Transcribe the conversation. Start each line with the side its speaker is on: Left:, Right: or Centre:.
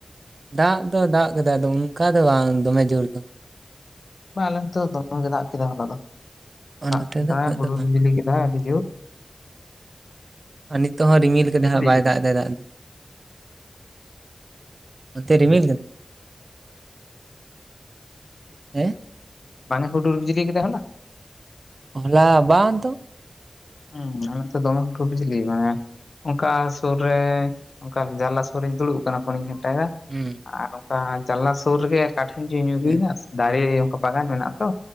Right: ᱫᱟᱜ ᱫᱚ ᱫᱟᱜ ᱠᱟᱫᱟᱭ ᱟᱫᱚ ᱚᱱᱠᱟ ᱫᱚ ᱵᱟᱝ ᱫᱚᱢᱮ ᱡᱳᱨ ᱫᱚ
Left: ᱵᱟ ᱟᱞᱮ ᱚᱱᱛᱮ ᱫᱚ ᱫᱚᱢᱮ ᱜᱮ ᱫᱟᱜ ᱠᱮᱫᱟ ᱦᱚᱞᱟ ᱫᱚ
Right: ᱟᱨ
Left: ᱫᱟᱜ
Right: ᱱᱚᱛᱮ
Left: ᱜᱮᱫᱟᱭ
Right: ᱫᱚ ᱩᱱᱟᱹᱜ
Left: ᱦᱩᱰᱩᱨ
Right: ᱫᱚ ᱵᱟᱝ
Left: ᱵᱤᱡᱽᱞᱤ ᱠᱮᱫᱟᱭ ᱟᱹᱰᱤ ᱡᱩᱨ
Right: ᱟᱨ ᱱᱤᱛᱚᱜ ᱦᱚᱸ ᱨᱤᱢᱤᱞ ᱠᱟᱫᱟᱭ ᱦᱟᱜ ᱵᱟᱭ
Left: ᱠᱟᱫᱟ
Right: ᱫᱟᱜ ᱮᱫᱟ ᱫᱟᱜ ᱫᱚ ᱚᱱᱛᱮ ᱨᱤᱢᱤᱞ ᱠᱟᱫᱟ ᱦᱮᱸ
Left: ᱵᱟᱝᱮ ᱦᱩᱰᱩᱨ ᱵᱤᱡᱽᱞᱤ ᱠᱮᱫᱟ ᱦᱚᱞᱟ
Right: ᱦᱚᱞᱟ ᱵᱟᱝ ᱛᱚ
Left: ᱦᱩᱸ ᱟᱞᱮ ᱚᱱᱛᱮ ᱫᱚᱢᱮ ᱦᱩᱵᱩᱨ ᱵᱤᱡᱽᱞᱤ ᱢᱟᱱᱮ ᱚᱱᱠᱟ ᱥᱩᱨ ᱨᱮ ᱚᱱᱠᱟ ᱡᱟᱱᱟᱞᱟ ᱥᱩᱨ ᱨᱮᱧ ᱫᱩᱲᱩᱵ ᱟᱠᱟᱱᱟ ᱯᱷᱳᱱᱤᱧ ᱜᱷᱟᱱᱴᱟᱭᱮᱫᱟ
Right: ᱦᱩᱸ
Left: ᱟᱨ ᱚᱱᱠᱟ ᱡᱟᱱᱟᱞᱟ ᱥᱩᱨ ᱨᱮᱜᱮ ᱟᱠᱟᱴᱷᱮᱱ ᱪᱚᱧ ᱧᱩᱨᱩᱭᱱᱟ
Right: ᱦᱮᱸ
Left: ᱥᱮ ᱫᱟᱨᱮ ᱚᱱᱠᱟ ᱵᱟᱜᱟᱱ ᱢᱮᱱᱟᱜ ᱛᱚ